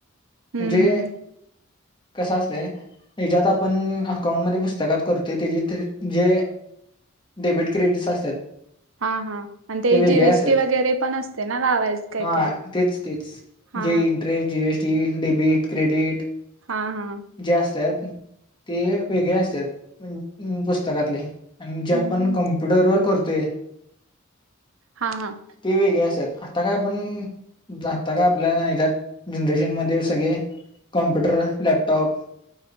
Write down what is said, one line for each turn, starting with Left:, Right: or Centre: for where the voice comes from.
Right: हम्म
Left: म्हणजे
Right: हम्म
Left: कसं असतय. हेज्यात आपण, अकाउंटमध्ये पुस्तकात करतोय. तेजी तेजी जे डेबिट क्रेडिटस असतात.
Right: हा हा, आणि ते
Left: वेगळे
Right: जीएसटी
Left: असतात
Right: वगैरे पण असते ना लावायच. काय
Left: हा.
Right: काय
Left: तेच तेच,
Right: हा
Left: जे इंटरेस्ट, जीएसटी, डेबिट, क्रेडिट,
Right: हा हा.
Left: जे असतात. ते वेगळे असतात. पुस्तकातले. अन ज्या
Right: हम्म
Left: पण कम्प्युटर वर करतोय
Right: हां हां.
Left: ते वेगळे आसत्यात. आता काय पण, जाता काय आपल्या याच्यात जनरेशनमध्ये सगळे? कॉम्पूटर, लॅपटॉप